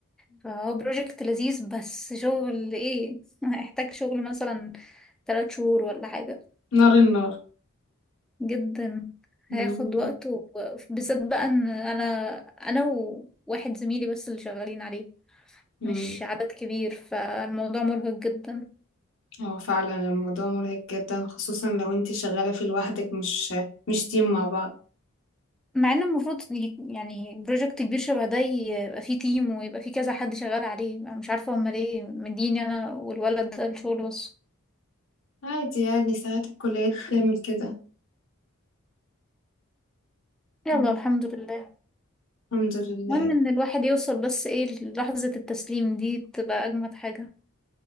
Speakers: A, in the centre; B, on the left.
A: فهو بروجكت لذيذ بس شغل ايه <laughs> هيحتاج شغل مثلا ثلاث شهور ولا حاجة
B: نار النار
A: جدا
B: مم.
A: هياخد وقت وبالذات بقى ان انا انا وواحد زميلي بس اللي شغالين عليه
B: مم.
A: مش عدد كبير فالموضوع مرهق جدا
B: هو فعلا الموضوع مرهق جدا خصوصا لو انتي شغالة في لوحدك مش مش تيم مع بعض
A: مع ان المفروض ي- يعني بروجكت كبير شبه ده يبقى فيه تيم ويبقى فيه كذا حد شغال عليه انا مش عارفه هما ليه مديني انا والولد ده الشغل بس
B: عادي يعني ساعات الكليات بتعمل كده
A: يلا
B: مم.
A: الحمد لله
B: الحمد لله
A: المهم ان الواحد يوصل بس ايه للحظة التسليم دي بتبقى اجمد حاجه